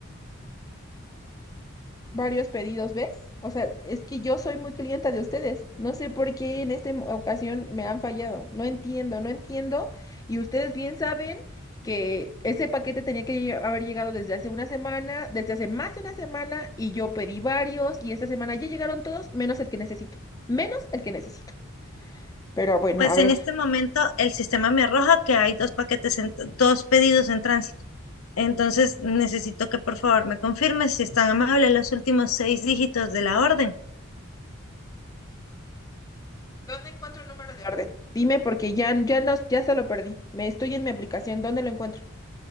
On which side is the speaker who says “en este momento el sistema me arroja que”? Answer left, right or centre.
Left